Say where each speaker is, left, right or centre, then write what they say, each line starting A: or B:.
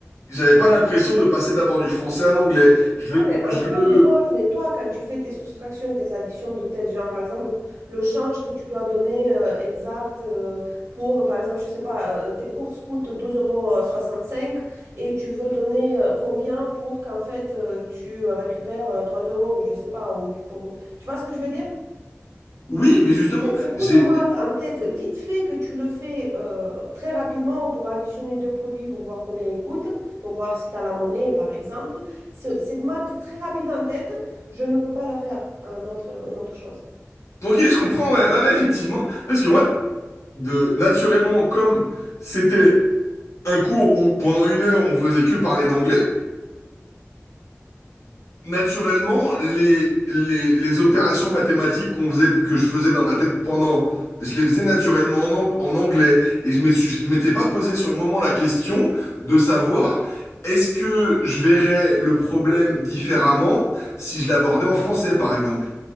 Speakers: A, on the left (about 70°); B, on the right (about 70°).
A: J'avais pas l'impression de passer d'abord du français à l'anglais. Je
B: Oui,
A: le...
B: mais un
A: Je
B: cours
A: le...
B: de maths, mais toi, quand tu fais tes soustractions et tes additions de tête, genre par exemple, le change que tu dois donner euh, exact euh, pour, par exemple, je sais pas, euh, tes courses coûtent douze euros soixante-cinq et tu veux donner euh, combien pour qu'en fait euh, tu euh, récupères euh, 3 euros ou je sais pas, ou tu- pour... Tu vois ce que je veux dire?
A: Oui, mais justement,
B: C'est ce coup
A: j'ai...
B: de maths en tête, vite fait que tu le fais euh, très rapidement pour additionner deux produits pour voir combien ils coûtent, pour voir si tu as la monnaie par exemple. Ce- cette maths très rapide en tête, je ne peux pas la faire en autre, une autre chose.
A: Ok, je comprends, ouais, ouais, ouais, effectivement. Parce que moi, de... naturellement, comme c'était un cours où pendant une heure, on faisait que parler d'anglais, Naturellement, les, les, les opérations mathématiques qu'on faisait, que je faisais dans ma tête pendant, je les faisais naturellement en, ang- en anglais. Et je me suis- je m'étais pas posé sur le moment la question de savoir est-ce que je verrais le problème différemment si je l'abordais en français, par exemple.